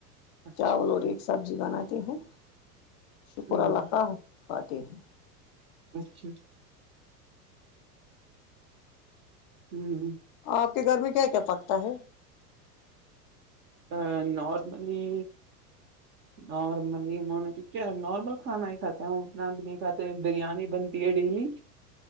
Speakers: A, on the right (about 25°); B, on the left (about 40°).
A: اچھا
B: چاول اور ایک سبزی بناتے ہیں شکر
A: ہوں
B: اللہ کا کھاتے ہیں
A: اچھا ھمم
B: آپ کے گھر میں کیا کیا پکتا ہے
A: آ نارملی نارملی کیا نارمل کھانا ہی کھاتے ہیں اتنا بھی نہیں کاتے بریانی بنتی ہے ڈیلی